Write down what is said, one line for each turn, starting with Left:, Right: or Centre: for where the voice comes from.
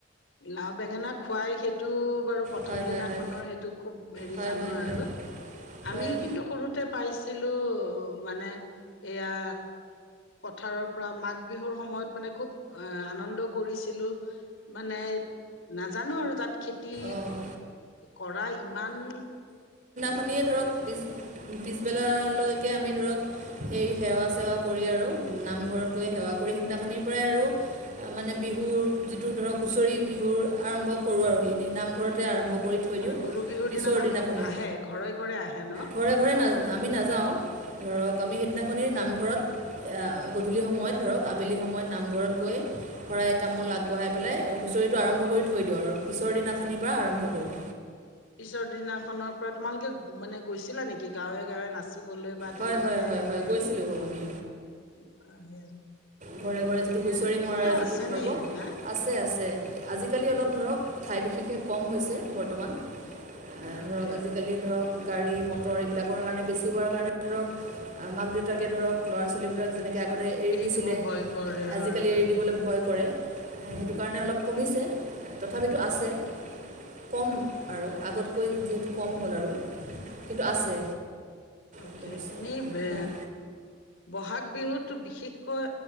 Left: লাও বেঙেনা খুৱাই সেইটো ব আৰু প্ৰথম
Right: হয়
Left: দিনাখনৰ
Right: হয় হয়
Left: সেইটো খুব হেৰি
Right: হয়
Left: জানো
Right: হয়
Left: আৰু
Right: হয় হয়
Left: আমি
Right: হয়
Left: কিন্তু সৰুতে পাইছিলো অহ মানে এয়া পথাৰৰ পৰা মাঘ বিহুৰ সময়ত মানে খুব আনন্দ কৰিছিলো মানে নাজানো আৰু তাত খেতি
Right: অঁ
Left: কৰা ইমান
Right: খনিয়ে ধৰক পিছ-পিছবেলালৈকে আমি ধৰক সেই সেৱা চেৱা কৰি আৰু নামঘৰত গৈ সেৱা কৰি সিদিনাখনিৰ পৰাই আৰু মানে বিহুৰ যিটো ধৰক হুঁচৰি বিহুৰ আৰম্ভ কৰোঁ আৰু। নামঘৰতে আৰম্ভ কৰি থৈ দিওঁ
Left: গৰু বিহুৰ
Right: পিছৰ
Left: দিনা মানুহ
Right: দিনাখনি,
Left: আহে ঘৰে ঘৰে আহে ন
Right: ঘৰে ঘৰে ন আমি নাযাওঁ ধৰক আমি সেইদিনাখনি নামঘৰত গধূলি সময়ত ধৰক আবেলি সময়ত নামঘৰত গৈ
Left: অ
Right: শৰাই তামোল আগবঢ়াই পেলাই হুঁচৰি আৰম্ভ কৰি থৈ দিওঁ আৰু পিছত দিনাখনিৰ পৰা আৰম্ভ কৰোঁ।
Left: পিছৰ দিনাখনৰ পৰা তোমালোকে মানে গৈছিলা নেকি গাঁৱে গাঁৱে নাচ বাচিবলৈ বা
Right: হয়
Left: তেনেকে
Right: হয় হয় হয় গৈছিলোঁ হয় আমি
Left: সে
Right: ঘৰে ঘৰে যিটো হুঁচৰি মৰাৰ যিটো
Left: আছেনে
Right: পৰ্ব
Left: এইবিলাক?
Right: আছে আছে আজিকালি অলপ ধৰক ঠাই বিশেষে কম হৈছে বৰ্তমান। এ
Left: অকে
Right: ধৰক আজিকালি ধৰক গাড়ী মটৰ এইবিলাকৰ কাৰণে বেছি হোৱাৰ কাৰণে ধৰক মাক দেউতাকে ধৰক ল'ৰা ছোৱালীবিলাক যেনেকে আগতে এৰি দিছিলে
Left: দিব ভয় কৰে
Right: আজিকালি
Left: হয় হয়
Right: এৰি দিবলৈ ভয় কৰে
Left: উম
Right: সেইটো কাৰণে অলপ কমিছে। তথাপিতো আছে কম আৰু আগতকৈ যিহেতু কম হ'ল আৰু। এইটো আছে।
Left: অকে
Right: এইটো বস্তু
Left: এনেই বে
Right: হয়
Left: বহাগ বিহুতো বিশেষকৈ